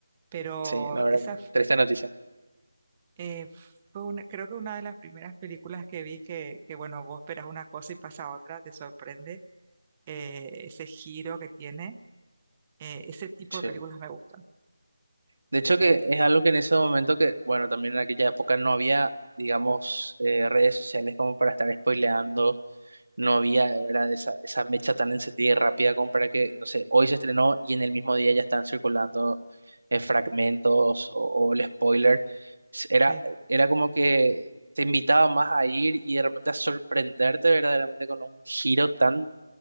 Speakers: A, on the right; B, on the right.
A: Pero
B: Sí, la verdad
A: esa
B: que
A: f-
B: triste noticia.
A: eh, fue una, creo que una de las primeras películas que vi que, que bueno, vos esperas una cosa y pasa otra, te sorprende eh, ese giro que tiene. eh, ese tipo
B: Sí.
A: de películas me gustan.
B: De hecho, que es algo que en ese momento que, bueno, también en aquella época no había, digamos, eh, redes sociales como para estar spoileando no había, ¿verdad? Esa, esa mecha tan encendida y rápida como para que, no sé, hoy se estrenó y en el mismo día ya están circulando eh, fragmentos o, o el spoiler. Era,
A: Sí,
B: era como que te invitaba más a ir y de repente a sorprenderte verdaderamente con un giro tan